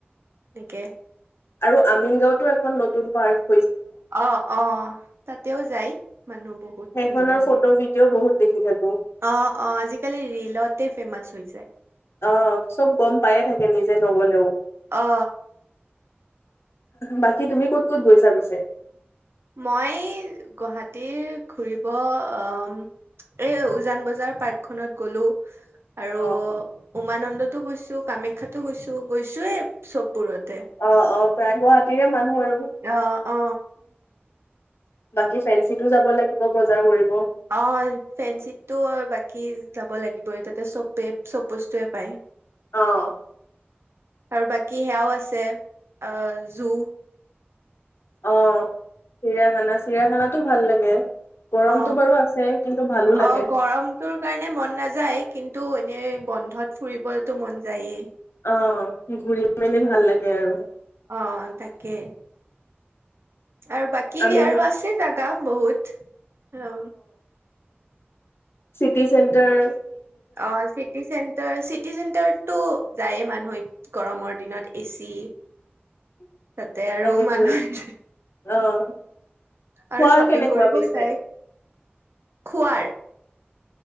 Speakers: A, on the right; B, on the left.
A: সেকে
B: আৰু আমিন গাঁওতো এখন নতুন পাৰ্ট
A: অ অ তাতেও যায় মানুহ বহুত
B: সেইখনৰ
A: আজিকালি
B: ফটো ভিডিঅ' বহুত দেখি থাকো
A: অ অ আজিকালি ৰলতে ফেমাচ হৈৈ যায়
B: আহ চব গম পায়ে থাকে নিজে নগলেও
A: অ
B: বাকী তুমি ক'ত ক'ত গৈছ পিছে
A: মই গুৱাহতিীৰ ঘুৰিব আহ এই উজান বজাৰ পাৰ্কখনত গ'লো আৰু
B: অ'।
A: উমানন্দত অ' গৈছো কামাখ্যাতো গৈছো। গৈছোয়েই চব বোৰত।
B: অ' অ' প্ৰায় গুৱাহাটীৰে মানুহ আৰু
A: অ অ
B: বাকী ফেন্সিতো যাব লাগিব। বজাৰ কৰিব
A: অ' ফেঞ্চিত টো বাকী যাব লাগিবই, তাতে চব চব বস্তুৱে পায়।
B: অ'
A: আৰু বাকী সেয়াও আছে অ '
B: অ' চিৰিয়াখানা, চিৰিয়াখানাত টো ভাল লাগে। গৰমটো
A: অ'
B: বাৰু আছে কিন্তু ভালো লাগে
A: অ' গৰমটোৰ কাৰণে মন নাযায় কিন্তু, এনে বন্ধত ফুৰিবতো মন যায়েই।
B: অ' ঘূৰি মেলি ভাল লাগে আৰু
A: অ' তাকে। আৰু বাকী
B: আমি
A: আৰু আছে জাগা বহুত অ'
B: চিটি চেন্টাৰ
A: অ', চিটি চেণ্টাৰ, চিটি চেণ্টাৰতটো যায়ে মানুহে গৰমত। দিনত এচি তাতে আৰু
B: তাকেতো
A: মানুহ
B: অ'। খোৱাৰ
A: আৰু শ্বপিং
B: কেনেকুৱা
A: কৰিবই
B: পিছে
A: যায়, খোৱাৰ?